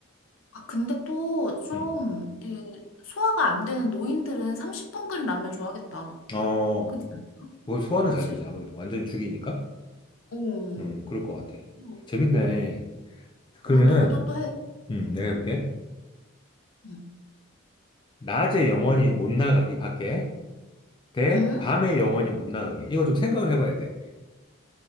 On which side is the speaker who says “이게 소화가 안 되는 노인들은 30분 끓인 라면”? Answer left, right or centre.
Left